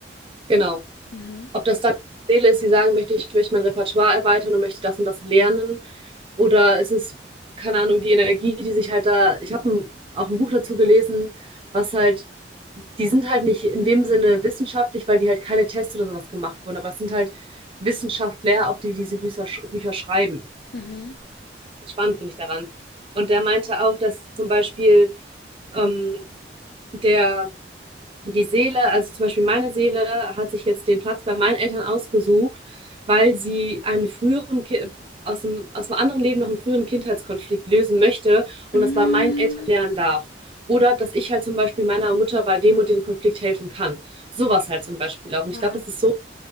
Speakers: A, on the right; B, on the left.
A: genau.
B: Mhm.
A: Ob das dann die Seele ist, die sagen möchte, ich möchte mein Repertoire erweitern und möchte das und das lernen. Oder es ist, keine Ahnung, die Energie, die sich halt da. Ich habe auch ein Buch dazu gelesen, was halt, die sind halt nicht in
B: Mhm.
A: dem Sinne wissenschaftlich, weil die halt keine Tests oder sowas gemacht wurden. Aber es sind halt Wissenschaftler, auch die die diese Bücher, Bücher schreiben.
B: Mhm.
A: Spannend finde ich daran. Und der meinte auch, dass zum Beispiel ähm, der die Seele, also zum Beispiel meine Seele, hat sich jetzt den Platz bei meinen Eltern ausgesucht, weil sie einen früheren Ki aus dem, aus dem anderen Leben noch einen früheren Kindheitskonflikt lösen möchte und
B: Mhm.
A: das bei meinen Eltern lernen darf. Oder dass ich halt zum Beispiel meiner Mutter bei dem und dem Konflikt helfen kann. Sowas halt zum Beispiel auch. Und
B: Wow.
A: ich glaube, das ist so